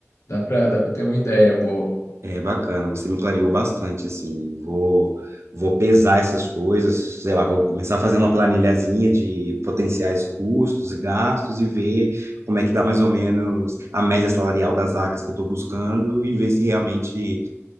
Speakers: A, on the left (about 75°); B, on the right (about 65°).
A: Dá pra, dá pra ter uma ideia boa.
B: É bacana, você me clareou bastante, assim. Vou vou pesar essas coisas, sei lá, vou começar a fazer uma planilhazinha de potenciais custos e gastos e ver como é que dá mais ou menos a média salarial das vagas que eu estou buscando e ver se realmente